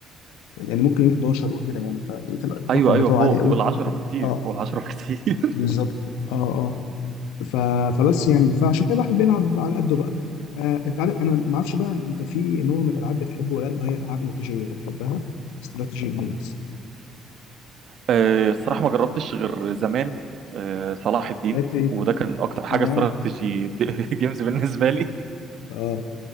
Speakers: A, on the left (about 65°); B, on the right (about 50°).
A: يعني ممكن يوم 11 وكده يعني فلقيت الرقم
B: ايوه ايوه
A: بتاعه
B: فوق
A: عالي قوي
B: فوق العشرة بكتير
A: اه
B: فوق العشرة بكتير <laughs>
A: بالظبط اه اه ف... فبس يعني فعشان كده الواحد بيلعب على قده بقى آه انت عارف انا ما اعرفش بقى انت في نوع من الالعاب بتحبه ولا لا اللي هي الالعاب الاستراتيجيه بتحبها استراتيجي جيمز
B: آه، الصراحة ما جربتش غير زمان آه، صلاح الدين
A: لعبت ايه؟
B: وده كان اكتر حاجة
A: ياه
B: استراتيجي <laughs> جيمز بالنسبة لي
A: اه